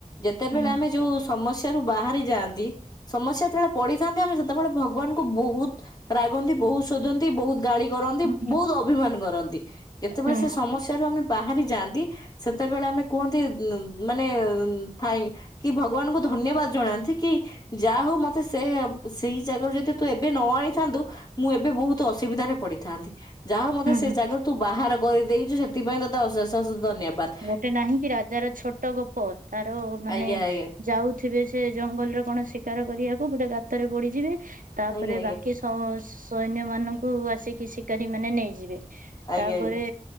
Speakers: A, on the left; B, on the right.
A: ଯେତେବେଳେ
B: ହୁଁ
A: ଆମେ ଯୋଉ ସମସ୍ୟା ବାହାରି ଯାନ୍ତି ସମସ୍ୟା ଯେତେବେଳେ ପଡିିଥାନ୍ତି ଆମେ ସେତେବେଳେ ଭଗବାନଙ୍କୁ ବହୁତ ରାଗନ୍ତି ବ ବହୁତ ଶୋଧନ୍ତି ବହୁତ ଗାଳି କରନ୍ତି
B: ହୁଁ
A: ବହୁତ ଅଭିମାନ କରନ୍ତି ଯେତେବେଳେ
B: ହୁଁ
A: ସେ ସମସ୍ୟାରୁ ଆମେ ବାହାରି ଯାଆନ୍ତି ସେତେବେଳେ ଆମେ କୁହନ୍ତି ଉଁ ଉଁ ମାନେ ଉଁ ଥାଇଁ କି ଭଗବାନଙ୍କୁ ଧ ଧନ୍ୟବାଦ ଜଣାନ୍ତି କି ଯାହା ହଉ ମତେ ସେ ସେଇ ଜାଗାରୁ ଯଦି ତୁ ଏବେ ନ ଆଣିଥାନ୍ତୁ ମୁଁ ଏବେ ବହୁତ ଅସୁବିଧାରେ ପଡିଥାନ୍ତି ଯାହା ମୋତେ
B: ହୁଁ
A: ସେ ଜାଗାରେ ତୁ ବାହାର କରିଦେଇଛୁ ସେଥିପାଇଁ ତୋତେ ଅଶେଷ ଅଶେଷ ଧନ୍ୟବାଦ ।
B: ଗୋଟେ ନାହିଁ କିି ରାଜାର ଛୋଟ ଗପ ତାର ମାନେ
A: ଆଜ୍ଞା ଆଜ୍ଞା
B: ଯାଉଥିବେ ସେ ଜଙ୍ଗଲରେ କଣ ଶିକାର କରିବାକୁ ଗୋଟେ ଗାତରେ ପଡିଯିବେ ତାପରେ
A: ଆଜ୍ଞା
B: ବାକି ସ ସ ସୈନ୍ୟ ମାନଙ୍କୁ ଆସିକି ଶିକାରୀ ମାନେ ନେଇଯିବେ
A: ଆଜ୍ଞା
B: ତାପରେ
A: ଆଜ୍ଞା ଆଜ୍ଞା